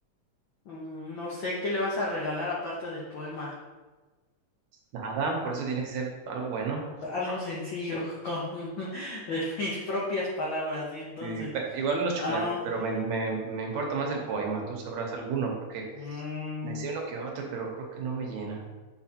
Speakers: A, on the left (about 75°); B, on the right (about 70°).
A: Mm, No sé qué le vas a regalar aparte del poema.
B: Nada, por eso tiene que ser algo bueno.
A: Algo sencillo, con <laughs> de mis propias palabras, y entonces.
B: Y, eh, igual unos chocolates,
A: Ah,
B: pero me, me, me importa más el poema. Tú sabrás alguno porque
A: mm,
B: me sé uno que otro, pero creo que no me llena.